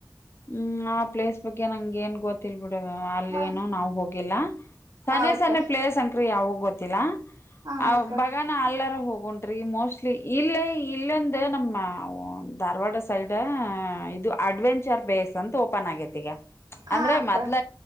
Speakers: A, on the left; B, on the right.
A: ಹ್ಮ್ ಆ ಪ್ಲೇಸ್ ಬಗ್ಗೆ ನಂಗ ಏನ್ ಗೊತ್ತಲ್. ಬಿಡ್ ಅಲ್ಲಿ
B: ಹ
A: ಏನು ನಾವ್ ಹೋಗಿಲ್ಲ ಸನ
B: ಅಕ್ಕ
A: ಸನೆ ಪ್ಲೇಸ್ ಅಂಕರಿ ಯಾವ. ಗೊತ್ತಿಲ್ಲಾ.
B: ಹ
A: ಆ
B: ಅಕ್ಕ
A: ಬಗಾನ ಅಲ್ಲಾರ ಹೋಗ. ಒತ್ರಿ ಮೋಸ್ಟ್ಲಿ ಇಲ್ಲೇ ಇಲ್ಲೊಂದ ನಮ್ಮ ಧಾರವಾಡ ಸೈಡ್ ಇದು ಅಡ್ವೆಂಚರ್. ಪ್ಲೇಸ್ ಅಂತ ಓಪನ್ ಆಗೇತಿ ಈಗ
B: ಹ
A: ಅಂದ್ರೆ
B: ಅಕ್ಕ
A: ಮೊದ್ಲ